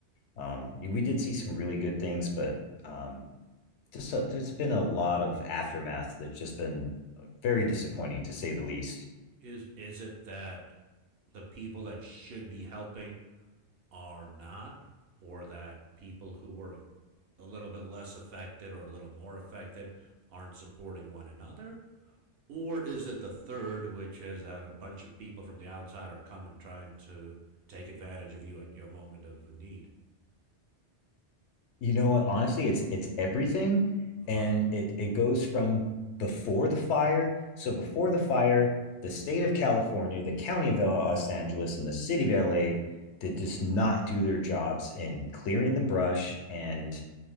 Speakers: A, on the left; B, on the right.
A: Um, we did see some really good things, but um, just a, there's been a lot of aftermath that's just been very disappointing to say the least.
B: Is is it that the people that should be helping are not, or that people who were a little bit less affected or a little more affected aren't supporting one another? Or is it the third, which is that a bunch of people from the outside are coming trying to take advantage of you at your moment of need?
A: You know what? Honestly, it's it's everything,
B: Ugh.
A: and it it goes from before the fire. So before the fire, the state of California, the county of Los Angeles, and the city of LA did just not do their jobs in clearing the brush and